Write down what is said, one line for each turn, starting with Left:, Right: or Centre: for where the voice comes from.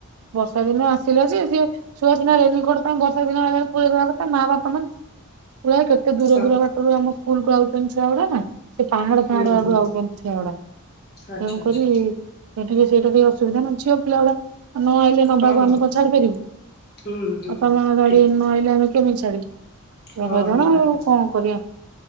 Right: ବର୍ଷା ଦିନ ଆସିଲା ଯେ, ସିଏ ଛଆ ସିନା ରେନିକୋଟ ପାଇଁ ବର୍ଷା ଦିନ ଆରଲାଣି ପୁରେଇଦବା କଥା। ମା, ବାପା ନାହାନ୍ତି। ପୁରା କେତେ ଦୂର
Left: ହଁ
Right: ଦୂର ବାଟରୁ ଆମ ସ୍କୁଲ କୁ ଆଉଛନ୍ତି ଛୁଆ ଗୁଡା ନା। ସେ ପାହାଡ
Left: ହୁଁ
Right: ପାହାଡ ଆଡୁ
Left: ହୁଁ
Right: ଆଉଛନ୍ତି ଛୁଆ ଗୁଡା।
Left: ଆଚ୍ଛା
Right: ତେଣୁକରି
Left: ଆଚ୍ଛା
Right: ସେଠିକି ସେଇଟା ଟିକେ ଅସୁବିଧା ନା। ଝିଅ ପିଲା ଗୁଡା ନ ଆଇଲେ ନବାକୁ
Left: ହଁ ହଁ
Right: ଆମେ କଣ ଛାଡି ପାରିବୁ।
Left: ହୁଁ ହୁଁ
Right: ବାପା, ମା ଗାଡିଆନ
Left: ଠିକ
Right: ନ ଆଲଲେ ଆମେ କେମିତି ଛାଡିବୁ? ଏ
Left: ହଁ
Right: ହଇରାଣ
Left: ନିହାତି
Right: ଆଉ କଣ କରିବା?